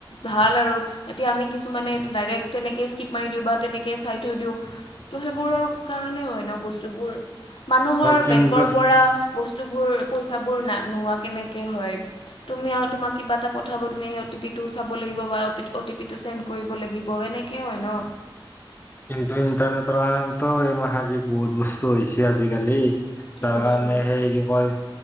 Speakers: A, on the left; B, on the left.
A: ভাল আৰু এতিয়া আমি কিছুমানে এইটো ডাইৰেক্ট তেনেকে স্কিপ মাৰি দিওঁ, বা তেনেকে চাই থৈ দিওঁ। তো, সেইবোৰৰ কাৰণে হয় ন' বস্তুবোৰ, মানুহৰ
B: ধৰ কিন্তু
A: বেংকৰ পৰা বস্তুবোৰ, পইচাবোৰ, না-নোহোৱা কেনেকৈ হয়? তুমি আৰু তোমাক কিবা এটা পঠাব, তুমি এই অটিপিটো চাব লাগিব বা অপিট-অটিপিটো ছেন্দ কৰিব লাগিব, এনেকৈ হয় ন?
B: কিন্তু ইণ্টাৰনেটৰ কাৰণেটো এইমাখা আজি বহুত বস্তু হৈছে আজিকালি।
A: কি
B: তাৰ
A: বস্তু
B: কাৰণে সেই যি কয়।